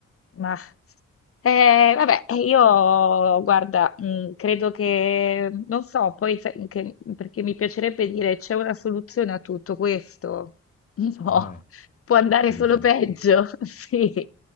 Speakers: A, on the left; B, on the left.
A: Ma Eh, vabbè, eh, io guarda, mh, credo che, non so, poi sai che- perché mi piacerebbe dire c'è una soluzione a tutto questo. <laughs> No,
B: eh,
A: può andare
B: chi
A: solo
B: lo sa.
A: peggio, <laughs> sì.